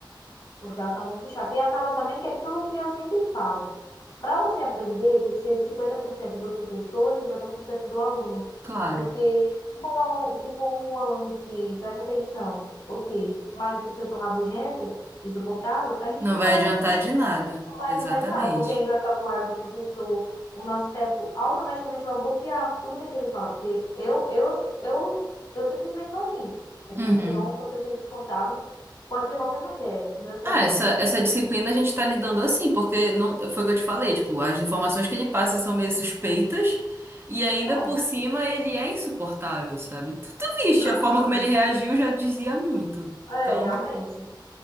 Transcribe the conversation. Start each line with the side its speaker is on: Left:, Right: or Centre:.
Left: porque ela tá muito chata. E acaba também que é aquilo que eu sempre falo. Para você aprender, tem que ser 50% do professor, e 50% do aluno.
Right: claro.
Left: Porque se for um aluno, se for um aluno que presta atenção, ok, mas o professor rabugento, insuportável, a gente
Right: Não
Left: nunca
Right: vai
Left: vai
Right: adiantar
Left: entender
Right: de nada.
Left: não vai
Right: Exatamente.
Left: adiantar de nada, porque a gente vai ficar com raiva do professor, o nosso cérebro automaticamente vai bloquear tudo que ele fala, porque eu, eu, eu, eu simplesmente sou assim, entendeu?
Right: Uhum.
Left: Se pegar um professor insuportável, pode ser qualquer matéria, meu cérebro
Right: Ah, essa,
Left: simplesmente...
Right: essa disciplina a gente tá lidando assim, porque não, foi o que eu te falei, tipo, as informações que ele passa são meio suspeitas e ainda
Left: Então,
Right: por cima ele é insuportável, sabe? Tu, tu viste,
Left: <laughs>
Right: a forma como ele reagiu já dizia muito.
Left: é,
Right: Então,
Left: realmente.